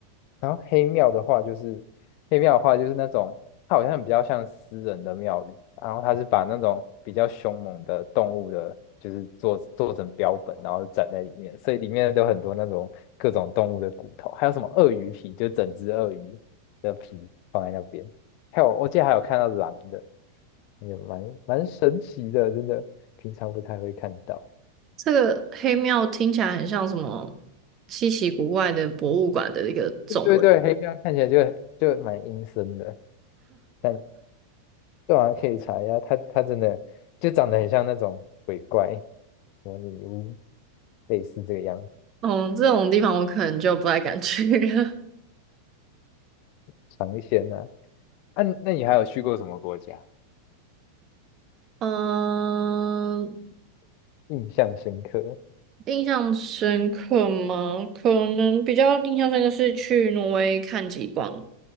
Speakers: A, on the left; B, on the right.
A: 然后黑庙的话，就是黑庙的话，就是那种它好像比较像私人的庙宇，然后它是把那种比较凶猛的动物的，就是做做成标本，然后展在里面，所以里面都有很多那种各种动物的骨头，还有什么鳄鱼皮，就整只鳄鱼的皮放在那边，还有我记得还有看到狼的，也蛮蛮神奇的，真的平常不太会看到。
B: 这个黑庙听起来很像什么稀奇古怪的博物馆的一个总和，
A: 对对对，黑庙看起来就就蛮阴森的。但。对啊，可以查一下，它它真的就长得很像那种鬼怪，什么女巫，类似这个样子，
B: 嗯，这种地方我可能就不太敢去了。
A: 尝鲜啊。啊，那你还有去过什么国家？
B: <laughs> 嗯，
A: 印象深刻？
B: 印象深刻吗？可能比较印象深刻是去挪威看极光，